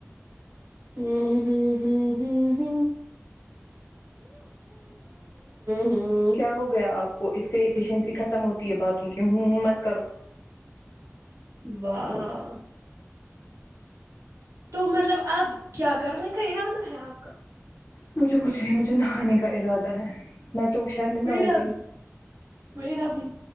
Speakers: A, on the right (about 80°); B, on the left (about 60°).
A: ہوں ہوں ہوں ہوں ہوں
B: کیا ہو گیا آپ کو اس سے ایفیشنسی ختم ہوتی ہے باتوں کی ہ ہ مت کرو
A: واہ تو مطلب اب کیا کرنے کا ارادہ ہے آپ کا
B: مجھے کچھ نہیں مجھے نہانے کا ارادہ ہے میں تو شرمندہ
A: میرا
B: ہو گئی
A: میرا بھی